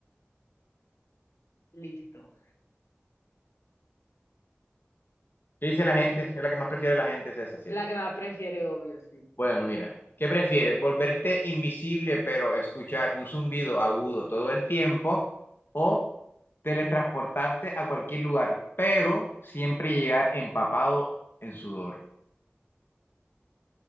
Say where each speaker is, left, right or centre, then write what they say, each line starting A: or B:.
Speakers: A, on the left; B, on the left.
A: Listo.
B: ¿Qué dice la gente? Es la que más prefiere la gente, es esa, ¿cierto?
A: La que más prefiere, obvio, sí.
B: Bueno, mira, ¿qué prefieres? ¿Volverte invisible pero escuchar un zumbido agudo todo el tiempo o teletransportarte a cualquier lugar pero siempre llegar empapado en sudor?